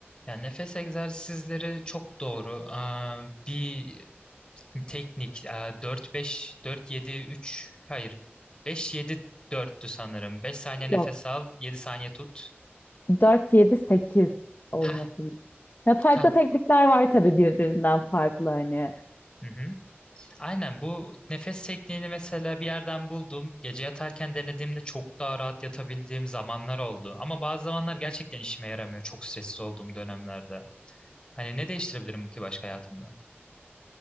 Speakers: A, on the left (about 20°); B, on the left (about 40°).
A: yani nefes egzersizleri çok doğru. Aa, bir teknik aa, 4-5, 4-7-3 hayır 5-7-4'tü sanırım. beş saniye nefes
B: Yok.
A: al, 7 saniye tut.
B: dört yedi sekiz olmasın.
A: Hah,
B: Ya farklı
A: ta.
B: teknikler var tabii birbirinden farklı hani.
A: Hı hı. Aynen bu nefes tekniğini mesela bir yerden buldum. Gece yatarken denediğimde çok daha rahat yatabildiğim zamanlar oldu. Ama bazı zamanlar gerçekten işime yaramıyor çok stressiz olduğum dönemlerde. Hani ne değiştirebilirim ki başka hayatımda?